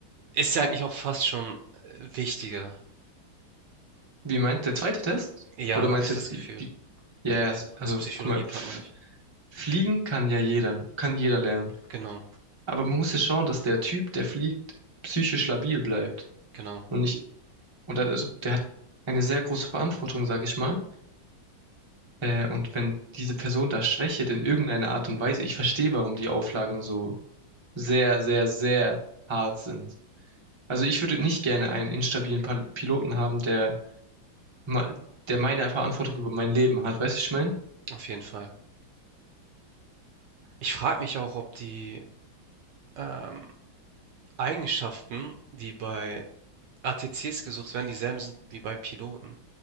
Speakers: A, on the right (about 65°); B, on the right (about 20°).
A: ist ja eigentlich auch fast schon äh, wichtiger.
B: Wie meint der zweite Test?
A: Ja,
B: Oder meinst
A: habe ich
B: du
A: das
B: jetzt
A: Gefühl.
B: die, die, ja, yes,
A: Also
B: also
A: Psychologie-Part
B: guck mal, f-
A: meine ich.
B: fliegen kann ja jeder, kann jeder lernen.
A: Genau,
B: Aber man muss ja schauen, dass der Typ, der fliegt, psychisch labil bleibt.
A: genau,
B: Und nicht, und also, der hat eine sehr große Verantwortung, sag ich mal. Äh, und wenn diese Person da schwächelt in irgendeiner Art und Weise, ich verstehe, warum die Auflagen so sehr, sehr, sehr hart sind. Also ich würde nicht gerne einen instabilen Pal- Piloten haben, der, ma- der meine Verantwortung über mein Leben hat. Weißt du, ich meine?
A: auf jeden Fall. Ich frage mich auch, ob die ähm, Eigenschaften, die bei ATCs gesucht werden, dieselben sind wie bei Piloten.